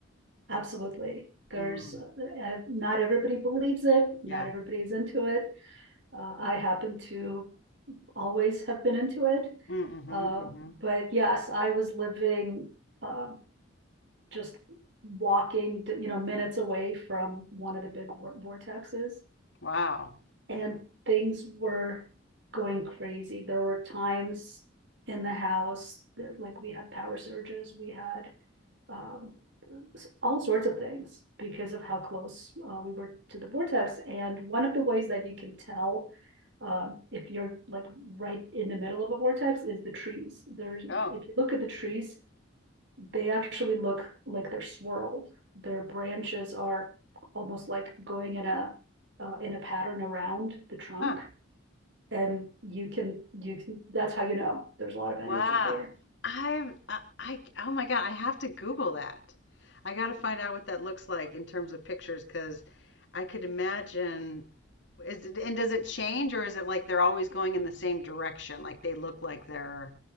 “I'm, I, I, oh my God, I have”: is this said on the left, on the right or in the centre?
Left